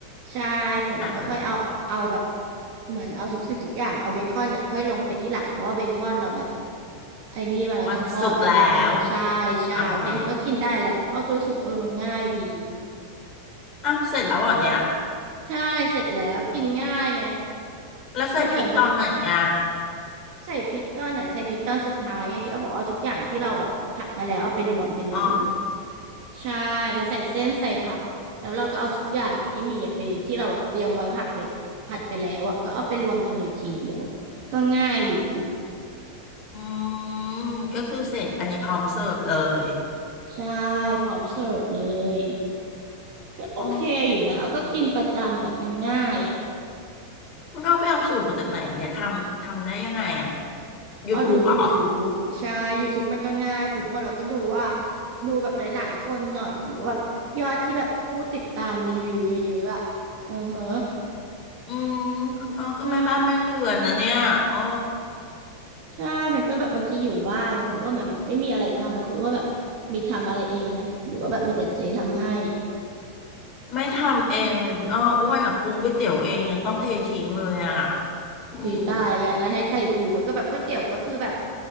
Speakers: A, on the right (about 45°); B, on the left (about 30°).
A: ใช่เสร็จแล้วก็ค่อยเอาเอาแบบ
B: อ่ะอ่ะ
A: เหมือนเอาทุกสิ่งทุกอย่างเอาเบคอนอ่ะค่อยลงไปที่หลังเพราะว่าเบคอนเราแบบไอ้นี่มาแล้วไงทอดมาแล้วไงใช่ใช่แค่นี้ก็กินได้แหละอ้อก็รู้สึกว่าเออมันง่ายดี
B: มันสุกแล้วอ่าฮะอ้าวเสร็จแล้วเหรอเนี่ย
A: ใช่เสร็จแล้วกินง่ายไง
B: แล้วใส่พริกตอนไหนอ่ะ
A: มันเหมือนแบบใส่พริกตอนไหนใส่พริกตอนสุดท้ายไงที่เอาบอกเอาทุกอย่างที่เราแบบผัดมาแล้วเอาไปรวมกันเลย
B: อ๋อ
A: ใช่เราใส่เส้นใส่ผักแล้วเราก็เอาทุกอย่างอะที่มีอะไปที่เราแบบเตรียมไว้ผักไปผัดไปแล้วอ่ะก็เอาไปรวมกันเลยทีเดียวก็ง่ายอยู่
B: อืมก็คือเสร็จอันนี้พร้อมเสิร์ฟเลย
A: ใช่พร้อมเสิร์ฟเลยก็โอเคอยู่นะเอาก็กินประจำแบบมันง่ายอะ
B: อ๋อคุณอ้อไปเอาสูตรมาจากไหนเนี่ยทำทำได้ยังไงอ่ะ
A: เอาดู
B: YouTube เหรอ
A: YouTube ใช่ YouTube มันก็ง่ายคุณอ้วนเราก็ดูว่าดูแบบหลายๆคนหน่อยหรือว่าแบบยอดที่แบบผู้ติดตามรีวิวเยอะๆอ่ะเออเฮะ
B: อืมคุณอ้อก็แม่บ้านแม่เรือนนะเนี่ยอ๋อ
A: ใช่ ใช่ มันก็แบบบางทีอยู่บ้านไงคุณอ้วนมันแบบไม่มีอะไรทำแล้วคุณอ้วนแบบมีทำอะไรเองไหมหรือว่าแบบมีแต่เจทำให้
B: ไม่ทำเองเลยคุณอ้ออ้วนอ่ะปรุงก๋วยเตี๋ยวเองยังต้องเททิ้งเลยอ่ะอืม
A: อุ้ยตายแล้วแล้วให้ใครหรือว่าก็แบบก๋วยเตี๋ยวก็คือแบบ